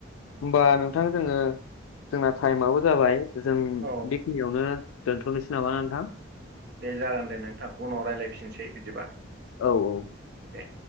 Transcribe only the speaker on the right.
औ
औ
दे जागोन दे नोंथां उनाव रायज्लायफिनसै बिदिबा
दे